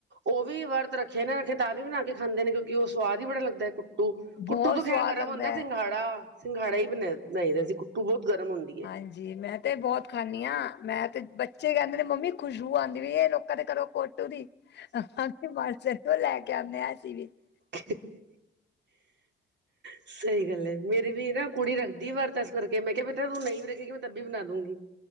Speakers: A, on the right; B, on the left.
A: ਉਹ ਵੀ ਵਰਤ ਰੱਖੇ ਨੇ ਰੱਖੇ ਤਾਂ ਵੀ ਬਣਾ ਕੇ ਖਾਂਦੇ ਨੇ ਕਿਉਕਿ ਉਹ ਸਵਾਦ ਹੀ ਬੜਾ ਲੱਗਦਾ ਹੈ। ਕੁੱਟੂ, ਕੁੱਟੂ
B: ਬਹੁਤ
A: ਤੋਂ
B: ਸਵਾਦ
A: ਖੈਰ ਗਰਮ
B: ਲੱਗਦਾ
A: ਹੁੰਦਾ
B: ਹੈ
A: ਸਿੰਘਾੜਾ, ਸਿੰਘਾੜਾ ਹੀ ਬ ਬਣਾਈਦਾ ਸੀ ਕੁੱਟੂ ਬਹੁਤ ਗਰਮ ਹੁੰਦਾ।
B: ਹਾਂਜੀ ਜੀ ਮੈਂ ਤੇ ਬਹੁਤ ਖਾਂਦੀ ਹਾਂ, ਮੈਂ ਤੇ ਬੱਚੇ ਕਹਿੰਦੇ ਨੇ ਮੰਮੀ ਖੁਸ਼ਬੂ ਆਉਂਦੀ ਵੀ ਇਹ ਲੋਕਾਂ ਦੇ ਘਰੋਂ ਕੋ ਕੁੱਟੂ ਦੀ ਤ ਮਸ ਨੂੰ ਲੈ ਕੇ ਆਉਂਦੇ ਅਸੀ ਵੀ <unintelligible>
A: <inaudible> ਸਹੀ ਗੱਲ ਹੈ ਮੇਰੀ ਵੀ ਨਾ ਕੁੜੀ ਰੱਖਦੀ ਵਰਤ ਇਸ ਕਰਕੇ ਮੈਂ ਕਿਹਾ ਬੇਟਾ ਤੂੰ ਨਹੀਂ ਵੀ ਰੱਖੇਗੀ ਮੈਂ ਤਬ ਵੀ ਬਣਾ ਦੂੰਗੀ।